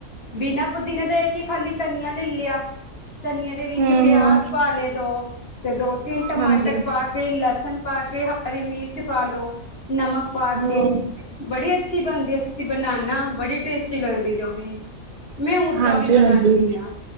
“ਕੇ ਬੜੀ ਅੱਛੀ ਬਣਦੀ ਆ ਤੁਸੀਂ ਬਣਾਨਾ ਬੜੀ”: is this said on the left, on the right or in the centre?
Left